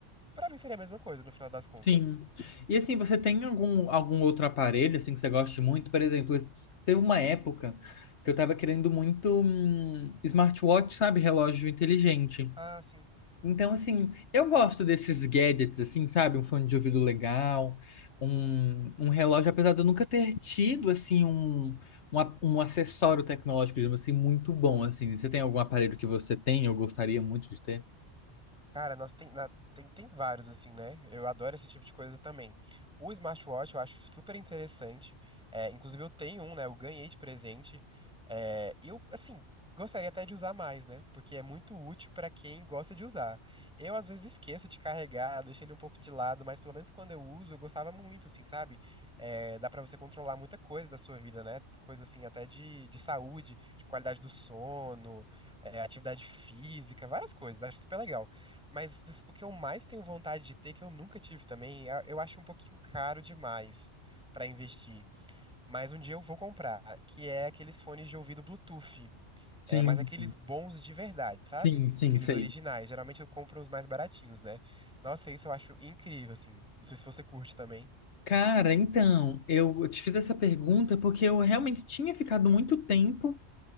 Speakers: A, in the centre; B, on the left.
A: pra mim seria a mesma coisa no final das contas.
B: Sim. E assim, você tem algum, algum outro aparelho assim que você goste muito? Por exemplo, es- teve uma época que eu tava querendo muito hum, smartwatch, sabe? Relógio inteligente.
A: Ah, sim,
B: Então, assim, eu gosto desses gadgets, assim, sabe? Um fone de ouvido legal, um, um relógio, apesar de eu nunca ter tido, assim, um, um, a- um acessório tecnológico, digamos assim, muito bom, assim. Você tem algum aparelho que você tem ou gostaria muito de ter?
A: Cara, nós tem, na- tem, tem vários, assim, né? Eu adoro esse tipo de coisa também. O smartwatch eu acho super interessante. É, inclusive, eu tenho um, né? Eu ganhei de presente. É, eu, assim, gostaria até de usar mais, né? Porque é muito útil pra quem gosta de usar. Eu, às vezes, esqueço de carregar, deixo ele um pouco de lado, mas pelo menos quando eu uso, eu gostava muito, assim, sabe? É, dá pra você controlar muita coisa da sua vida, né? Coisa, assim, até de, de saúde, tipo qualidade do sono, é, atividade física, várias coisas. Acho super legal. Mas o que eu mais tenho vontade de ter, que eu nunca tive também, é- eu acho um pouquinho caro demais pra investir. Mas um dia eu vou comprar, que é aqueles fones de ouvido Bluetooth.
B: Sim,
A: É, mas aqueles bons de verdade, sabe?
B: sim, sim,
A: Aqueles
B: sei.
A: originais. Geralmente eu compro os mais baratinhos, né? Nossa, isso eu acho incrível, assim. Não sei se você curte também.
B: Cara, então, eu te fiz essa pergunta porque eu realmente tinha ficado muito tempo